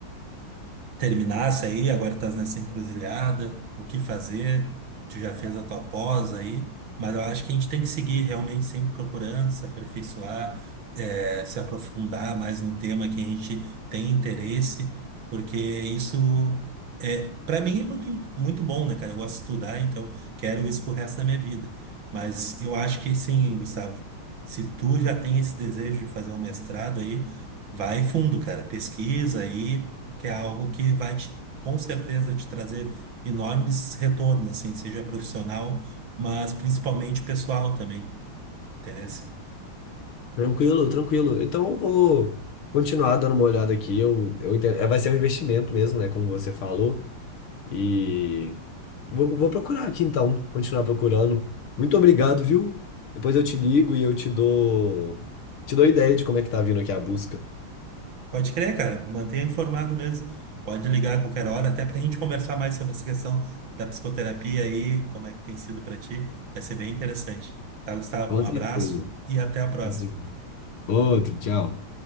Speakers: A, on the right (about 65°); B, on the left (about 80°).
A: terminasse aí, agora estás nessa encruzilhada, o que fazer, tu já fez a tua pós aí, mas eu acho que a gente tem que seguir realmente sempre procurando se aperfeiçoar, eh, se aprofundar mais num tema que a gente tem interesse, porque isso é, para mim é muito, muito bom, né, cara? Eu gosto de estudar, então quero isso pro resto da minha vida. Mas eu acho que sim, Gustavo, se tu já tem esse desejo de fazer um mestrado aí, vai fundo, cara, pesquisa aí, porque é algo que vai te, com certeza te trazer enormes retornos, assim, seja profissional, mas principalmente pessoal também, entendeu?
B: Tranquilo, tranquilo. Então eu vou continuar dando uma olhada aqui. Eu, eu entendo. é, Vai ser um investimento mesmo, né? Como você falou. E vou, vou procurar aqui então, continuar procurando. Muito obrigado, viu? Depois eu te ligo e eu te dou, te dou ideia de como é que tá vindo aqui a busca.
A: Pode crer, cara, mantenha informado mesmo. Pode ligar a qualquer hora, até para a gente conversar mais sobre essa questão da psicoterapia aí, como é que tem sido para ti. Vai ser bem interessante. Tá, Gustavo?
B: Com
A: Um abraço
B: certeza.
A: e até a próxima.
B: Com certeza. Outro, tchau.